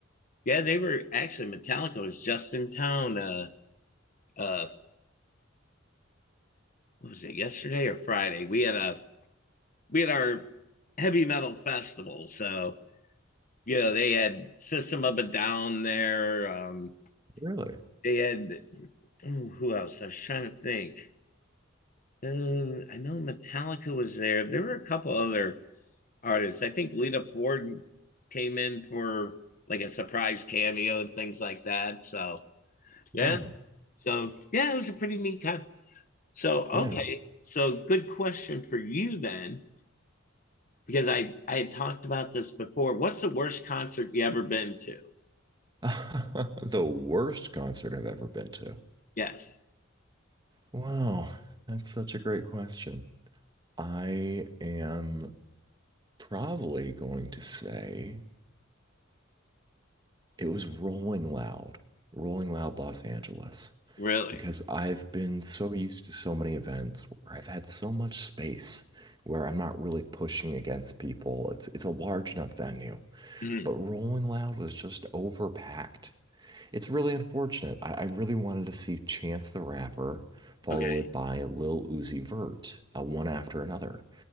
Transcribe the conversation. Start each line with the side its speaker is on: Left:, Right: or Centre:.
Left: yeah, they were actually Metallica was just in town uh uh what was it yesterday or Friday? We had a we had our heavy metal festival. So, you know, they had System of a Down there. Um,
Right: really?
Left: they had, ooh, who else? I was trying to think. Uh, I know Metallica was there. There were a couple other artists. I think Lita Ford came in for like a surprise cameo and things like that. So, yeah.
Right: Wow.
Left: So, yeah, it was a pretty neat con- So, okay.
Right: Yeah.
Left: So, good question for you then. because I I had talked about this before. What's the worst concert you ever been to?
Right: <laughs> The worst concert I've ever been to.
Left: Yes,
Right: Wow, that's such a great question. I am probably going to say it was Rolling Loud, Rolling Loud Los Angeles,
Left: really.
Right: because I've been so used to so many events where I've had so much space where I'm not really pushing against people. It's it's a large enough venue,
Left: Mhm.
Right: but Rolling Loud was just overpacked. It's really unfortunate. I, I really wanted to see Chance the Rapper followed
Left: Okay,
Right: by Lil Uzi Vert, uh, one after another.